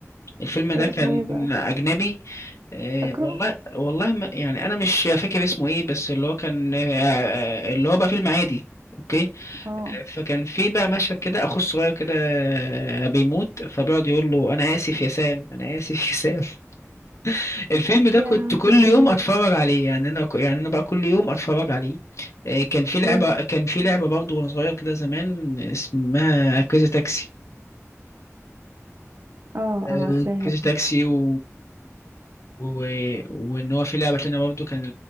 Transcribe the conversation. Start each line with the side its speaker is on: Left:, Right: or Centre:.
Left: الفيلم ده
Right: إيه
Left: كان
Right: اسمه ايه بقى
Left: أجنبي آه،
Right: فاكره
Left: والله والله ما يعني أنا مش فاكر اسمه إيه بس اللي هو كان آه، آه، اللي هو بقى فيلم عادي أوكي
Right: اه
Left: فكان في بقى مشهد كده أخو الصغير كده آه، بيموت فبيقعد يقول له أنا آسف يا سام أنا آسف يا سام <laughs> الفيلم ده
Right: يا
Left: كنت كل
Right: ذكريات
Left: يوم أتفرج عليه يعني أنا يعني أنا بقى كل يوم أتفرج عليه آه، كان في
Right: يا
Left: لعبة كان في لعبة
Right: اه
Left: برضه وأنا صغير كده زمان اسمها كريزي تاكسي
Right: اه
Left: آه،
Right: عارفاها
Left: كريزي
Right: دي
Left: تاكسي و... و... وان هو في لعبه تانية برضه كان